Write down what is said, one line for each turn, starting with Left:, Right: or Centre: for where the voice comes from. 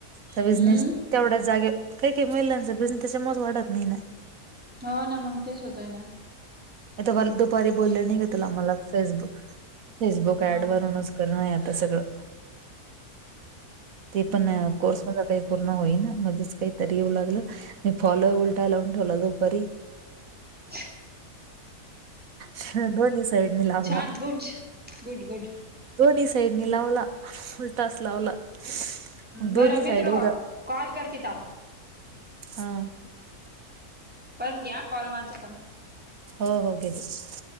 Right: चा बिझनेस
Centre: हम्म
Right: तेवढ्या जागे, काही काही महिलांचा बिझनेस त्याच्यामुळंच वाढत नही ना.
Centre: हो ना मग तेच होतय ना
Right: <unintelligible> पारी बोलले नही का तुला मला फेसबुक, फेसबुक
Centre: हा
Right: ॲड करूनच करनं नही आता सगळं
Centre: हम्म
Right: ते पण नाही अ कोर्स काही पूर्ण होईना मध्येच काही तरी येऊ लागलं, मी फॉलअ उलटा लावून ठेवला दुपारी.
Centre: <inaudible>
Right: ह दोन्ही साईडनी लावला.
Centre: छान गुड गुड गुड
Right: दोन्ही साईडनी लावला. तास लावला न दोन्ही
Centre: बरं मी
Right: साईड
Centre: तुला
Right: उद
Centre: कॉल करते थांब
Right: हा!
Centre: परत घ्या कॉल माझं पण.
Right: हो हो घेते.